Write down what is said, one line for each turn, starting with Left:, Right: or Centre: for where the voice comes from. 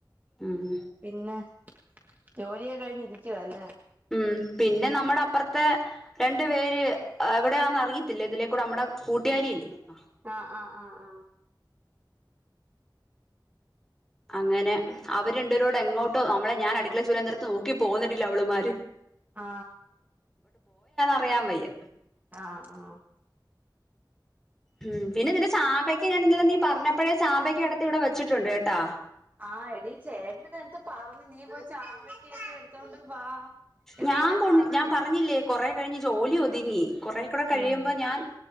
Centre: ഉം
Right: പിന്നെ ജോലിയെകഴിഞ്ഞിരിക്കല്ലേ
Centre: ഉം പിന്നെ നമ്മടെ അപ്പർത്തെ രണ്ടു പേര് എവടെയാന്ന് അറിയത്തില്ല ഇതിലേക്കൂടെ നമ്മടെ കൂട്ടുകാരിയില്ലേ അ
Right: ആ ആ ആ ആ
Centre: അങ്ങനെ അവരുണ്ടവരോട് എങ്ങോട്ടോ നമ്മളെ ഞാൻ അടുക്കളേ ചുര നേരത്ത് നോക്കി, പോകന്നിട്ടില്ല അവള്മാര്
Right: ആ
Centre: പറയാൻ വയ്യ
Right: ആ ആ
Centre: ഉം പിന്നെ നിന്റെ ചാമ്പയ്ക്ക് ഞാൻ ഇന്നലെ നീ പറഞ്ഞപ്പോഴേ ചാമ്പയ്ക് അടർത്തി ഇവിടെ വച്ചിട്ടുണ്ട് കേട്ടാ.
Right: ആ എടീ ചേട്ട നേടുത്ത് പറഞ്ഞ് നീ പോയി ചാമ്പക്കൊക്കെ എടുത്തോണ്ട് വാ എന്ന്
Centre: ഞാൻ
Right: നിന്നെ
Centre: കൊൺ
Right: പറഞ്ഞ്
Centre: ഞാൻ പറഞ്ഞില്ലേ കൊറെ കഴിഞ്ഞ് ജോലി ഒതുങ്ങി കൊറെ കൂടെ കഴിയുമ്പോ
Right: ഉം
Centre: ഞാൻ